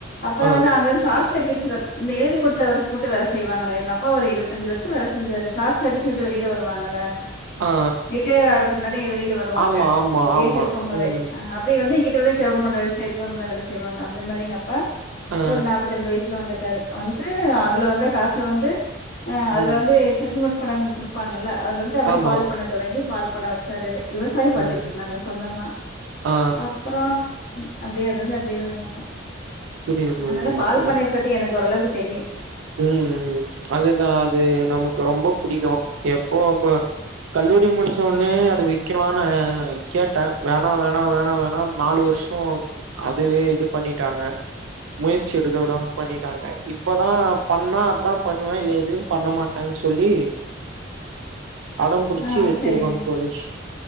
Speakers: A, on the left; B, on the right.
A: அப்புறோ
B: ஆ
A: வந்து அங்கருந்து சாஸ் சர்வீஸ்ல இந்த எழுதி கொடுத்த வருஷோ மட்டு வேல செய்வாங்கள எங்கப்பா ஒரு இருவத்தஞ்சு வருஷோ வேல செஞ்சாரு கார் சர்வீஸ் விட்டு வெளியில வருவாங்களா.
B: ஆ
A: ரிட்டயர் ஆறதுக்கு முன்னாடியே வெளியில வருவாங்க
B: ஆமா ஆமா ஆமா
A: ஏஜ் இருக்கு போதே
B: ம்
A: ஆ வந்து இங்கிட்ட வ கவர்மென்ட் வேல <unintelligible> செய்வாங்க அந்த மாரி எங்கப்பா
B: ஆ
A: ஒரு நாப்பத்தி ரெண்டு வயசுல வந்துட் டாரு வந்து அதுல வந்த காச வந்து ஆ அதுல
B: ம்
A: வந்து செட்டில்மெண்ட் பணம்னு ஒன்னு குடுப்பாங்க இல்ல அதுல இருந்து அப்படி
B: ஆமா
A: பால் பண்ண தொடங்கி பால் பண்ண வச்சாரு விவசாய பாத்துட்டு
B: ம்
A: இருந்தாங்க சொந்தமா
B: ஆ
A: அப்புறோ அப்படியே இருந்து அப்படியே வந்தாங்க
B: புரியுது புரியுது
A: அதனால பால்
B: தோழி
A: பண்ணைய பத்தி எனக்கு ஓரளவுக்கு தெரியு
B: ம் ம் அதுதா அது நமக்கு ரொம்ப புடிக்கு எப்போ அப்போ கல்லூரி முடிச்ச உடனே அது வைக்கலானு கேட்டே வேணா வேணா வேணா வேணா நாலு வருஷோ அதுவே இது பண்ணிட்டாங்க முயற்சி எடுக்க விடாம பண்ணிட்டாங்க இப்பதா பண்ணா அதா பண்ணுவே இல்ல எதுவு பண்ண மாட்டேன் சொல்லி அடம் பிடிச்சி
A: ஆ
B: வச்சிருக்கோ
A: சரிங்க.
B: தோழி